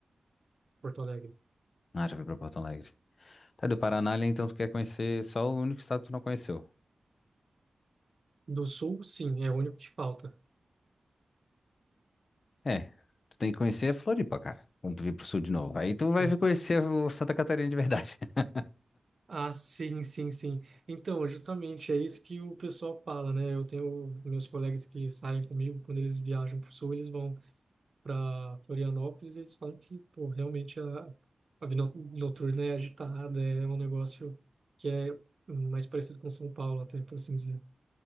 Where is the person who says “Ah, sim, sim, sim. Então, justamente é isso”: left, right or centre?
Right